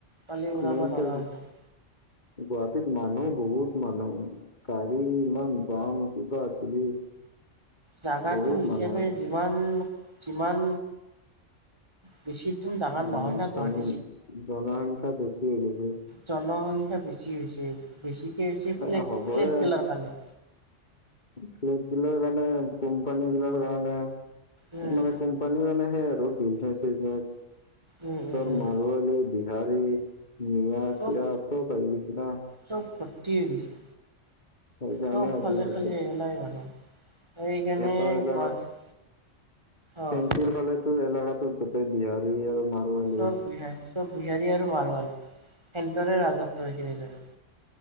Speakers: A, on the right; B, on the left.
A: পানী ওলাব
B: মেইনকে
A: নৰা হৈ যায়-
B: গুৱাহাটীত মানুহ বহুত মানুহ। গাড়ী ইমান যাম, কিবা কিবি
A: জোগাটো
B: বহুত
A: হিচাপে,
B: মানুহ আছে
A: যিমান যিমান বেছি দূৰ ডাঙৰ
B: উম',
A: নহয় না গুৱাহাটী
B: জন জনসংখ্যা বেছি হৈ গৈছে।
A: জনসংখ্য্ বেছি হৈছে, বেছিকে হৈছে ফ্লেগ
B: এ হ'বই
A: ফ্লেগ গেলাৰ কাৰণে।
B: ফ্লেট গিলৰ কাৰণে, কোম্পানী গিলাৰ কাৰণে
A: উম
B: মানে কোম্পানী মানে সেই আৰু, বিজনেচ চিজনেচ
A: উম উম
B: তৰ
A: উম
B: মাৰুৱলী, বিহাৰী, মিয়া,
A: চব
B: চিয়া চব আহি গৈছে না
A: চব ভৰ্তি হৈ গৈছে,
B: সেইকাৰণে
A: চব
B: এইগিলা
A: ফালে
B: আহিছে।
A: এগেলাই জানো। এইখনে
B: এটা এলেকাত
A: গুৱাহাটী
B: ফেঞ্চিৰ
A: অ'
B: ফালেতো এলাৰৰাটো গোটেই বিহাত আৰু মাৰোৱাৰী
A: চব বিহাৰী, চব বিহাৰী আৰু মাৰোৱাৰী হেলটৰে ৰাজত্ব সখিনি জেগা।